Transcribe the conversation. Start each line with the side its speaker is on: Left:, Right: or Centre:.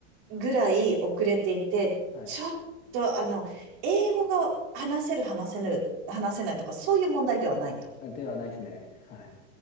Right: ぐらい遅れていて、
Left: はい。
Right: ちょっと、あの、英語が話せる、話せぬ、話せないとか、そういう問題ではないと。
Left: ではないですね。はい。